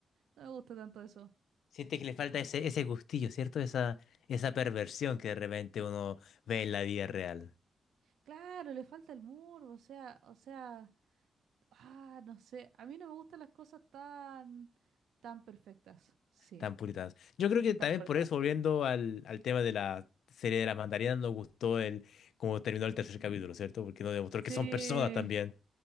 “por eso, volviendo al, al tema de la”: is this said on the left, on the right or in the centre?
Left